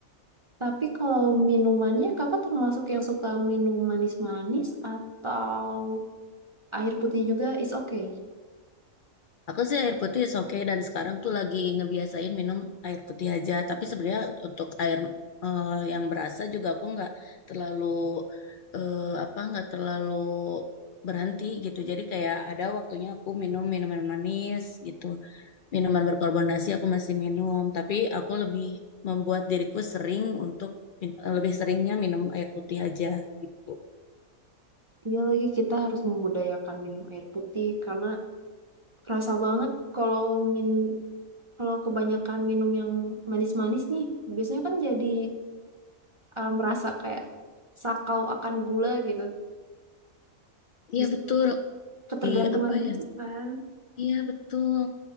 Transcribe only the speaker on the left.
Aku sih air putih is oke dan sekarang tuh lagi ngebiasain minum air putih aja. Tapi sebenarnya untuk air eh, yang berasa juga aku nggak terlalu eh, apa nggak terlalu berhenti gitu. Jadi kayak ada waktunya aku minum minuman manis gitu. Minuman berkarbonasi aku masih minum, tapi aku lebih membuat diriku sering untuk min- lebih seringnya minum air putih aja gitu.
Iya
betul.
Di apa
ya?
Iya betul.